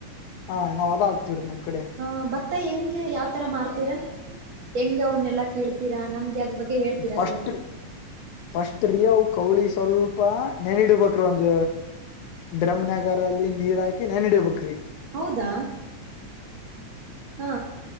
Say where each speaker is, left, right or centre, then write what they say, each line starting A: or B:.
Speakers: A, on the left; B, on the right.
A: ಹಾ ನಾವ್ ಅದ ಹಾಕ್ತಿವ್ರಿ ನಮ್ ಕಡೆ
B: ಹತ್ತ ಮತ್ತ ಹೆಂಗ ಯಾವ್ ತರ ಮಾರ್ತೀರಾ ಹೆಂಗ್ ಅವನ್ನೆಲ್ಲಾ ಕೀಳ್ ೀರಾಮಗೆ ಅದ್ರ ಬಗ್ಗೆ ಹೇಳ್ತೀಾ
A: ಫಸ್ಟ್
B: ಸ್ವಲ್ಪ
A: ಫಸ್ಟ್ ರೀ ಅವು ಕೌಳಿ ಸ್ವಲ್ಪ ನೆನಿಡ್ಬೇಕ್ರ ಒಂದ ಬ್ರಹ ನಗರ ಅಲ್ಲಿ ನೀರ್ ಹಾಕಿ ನನ್ ಹಡಬೇಕಕ್್ರಿ
B: ಹೌದಾ ಹಾ